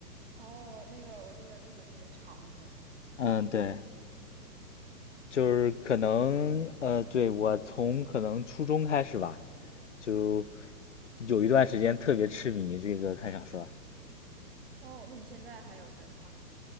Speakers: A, on the right (about 35°); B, on the left (about 50°).
A: 哦，那个我记得特别特别长呢。
B: 嗯，对，就是可能呃，对，我从可能初中开始吧，就有一段时间特别痴迷这个看小说，
A: 哦，那你现在还有在看吗？